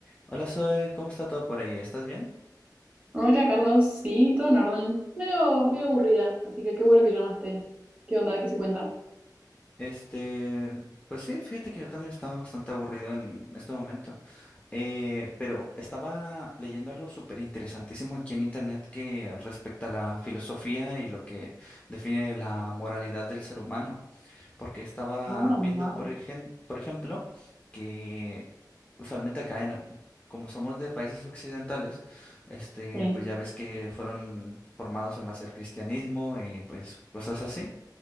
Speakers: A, on the left; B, on the right.
A: Hola Zoe, ¿cómo está todo por ahí? ¿Estás bien?
B: Hola Carlos, sí, todo en orden. Medio, medio aburrida, así que qué bueno que llamaste. ¿Qué onda? ¿Qué se cuenta?
A: Este, pues sí, fíjate que yo también estaba bastante aburrido en este momento, Eh, pero estaba leyendo algo súper interesantísimo aquí en internet que respecta a la filosofía y lo que define la moralidad del ser humano. porque estaba
B: Ah,
A: viendo,
B: wow.
A: por ejem- por ejemplo, que usualmente acá en, como somos de países occidentales, este,
B: Sí,
A: pues ya ves que fueron formados en base al cristianismo y pues cosas así.